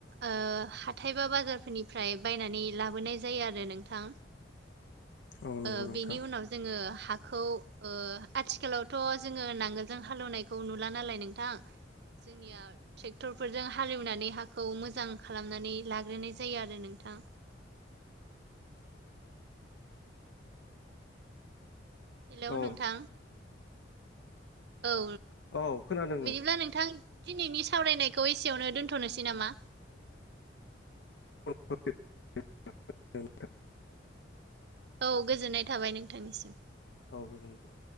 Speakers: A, on the right (about 60°); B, on the left (about 65°).
A: ओ हाथाय बा बाजारफोरनिफ्राय। बायनानै लाबोनाय जायो आरो नोंथां।
B: औ नंगौ
A: ओ
B: नोंथां
A: बेनि उनाव जोङो हाखौ ओ आथिखालावथ' जोङो नांगोलजों हालेवनायखौ नुला नालाय नोंथां जोंनिया ट्रेक्टरफोरजों हालेवनानै हाखौ मोजां खालामनानै लाग्रोनाय जायो आरो नोंथां। हेलौ
B: औ
A: नोंथां औ
B: औ खोनादों
A: बिदिब्ला नोंथां दिनैनि सावरायनायखौ एसेयावनो दोन्थ'नोसै नामा?
B: <inaudible>
A: औ गोजोननाय थाबाय नोंथांनिसिम।
B: औ गोजोनथों।